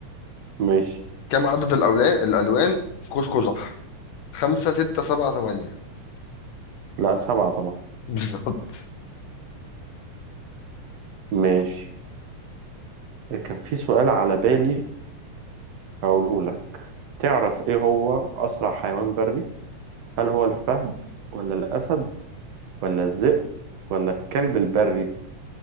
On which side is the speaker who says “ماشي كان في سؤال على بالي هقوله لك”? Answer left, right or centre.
Right